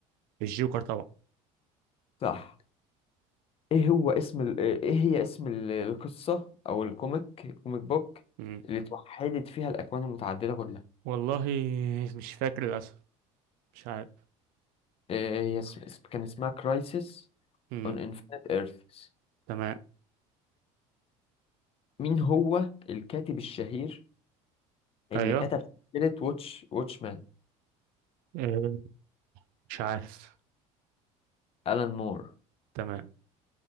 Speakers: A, on the right (about 70°); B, on the left (about 40°).
A: الجوكر طبعا
B: صح ايه هو اسم ال... ايه هي اسم ال- القصة او الكوميك الكوميك بوك
A: مم.
B: اللي توحدت فيها الاكوان المتعددة كلها
A: والله مش فاكر للأسف مش عارف
B: إيه هي اسم... اسم- كان اسمها كرايسيس
A: مم.
B: اون انفينيت ايرث
A: تمام
B: مين هو الكاتب الشهير اللي
A: أيوه
B: كتب سلسلة واتش واتشمان
A: آه، مش عارف
B: ألان مور
A: تمام